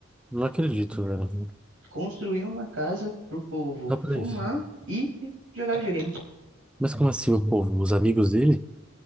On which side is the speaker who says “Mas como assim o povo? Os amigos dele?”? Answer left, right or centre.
Centre